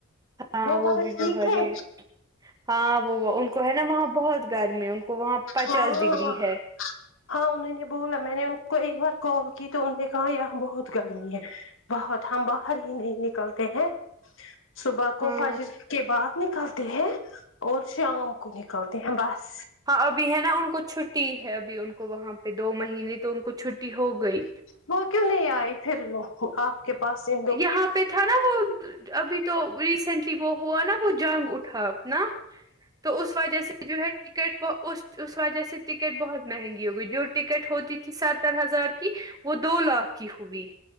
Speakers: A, on the right (about 20°); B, on the left (about 70°).
A: ہاں
B: وہ بولا
A: بھی
B: ٹھیک
A: باہر
B: ہے
A: ہی ہاں وہ ان کو ہے نا وہاں بہت گرمی ان کو وہاں پچاس
B: ہاں
A: ڈگری ہے
B: ہاں انہوں نے بولا میں نے ان کو ایک بار کال کی تو انوں نے کہا یہاں بہت گرمی ہے بہت ہم باہر ہی نہیں نکلتے ہیں صبح کو
A: ہاں
B: فجر کے بعد نکلتے ہیں اور شام کو نکلتے ہیں بس
A: ہاں ابھی ہے نا ان کو چھٹی ہے ابھی ان کو وہاں پہ دو مہینے تو ان کو چھٹی ہو گئی
B: وہ کیوں نہیں آئی پھر آپ کے پاس سے
A: یہاں پہ تھا نا وہ ابھی تو ریسینٹ وہ ہوا نا وہ جنگ اٹھا اپنا تو اس وجہ سے جو ہے ٹکٹ وہ اس اس وجہ سے ٹکٹ بہت مہنگی ہو گئی جو ٹکٹ ہوتی تھی ستر ہزار کی وہ دو لاکھ کی ہوئی